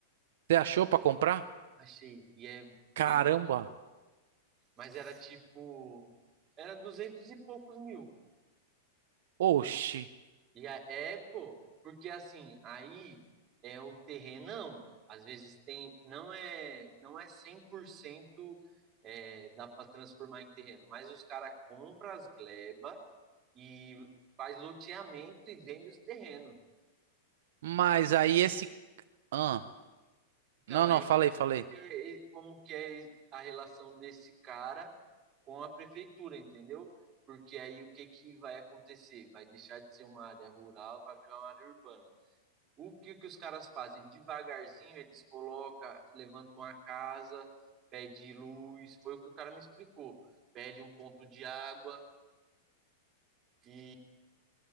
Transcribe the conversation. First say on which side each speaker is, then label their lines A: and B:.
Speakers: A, on the right (about 70°); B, on the right (about 25°).
A: Você achou pra comprar?
B: Achei. E é bem.
A: Caramba.
B: ma- Mas era tipo. Era 200 e poucos mil.
A: Oxi.
B: E a- é, pô. Porque assim, aí é o terrenão. Às vezes tem. Não é, não é 100% é, dá para transformar em terreno. Mas os caras compram as gleba e faz loteamento e vende os terrenos.
A: Mas aí esse. Ah,
B: Então,
A: não,
B: aí
A: não,
B: eu-
A: falei, falei.
B: é, é, como que é a relação desse cara com a prefeitura, entendeu? Porque aí o que que vai acontecer? Vai deixar de ser uma área rural, vai virar uma área urbana. O que que os caras fazem? Devagarzinho eles colocam, levantam a casa, pede luz, foi o que o cara me explicou. Pede um ponto de água e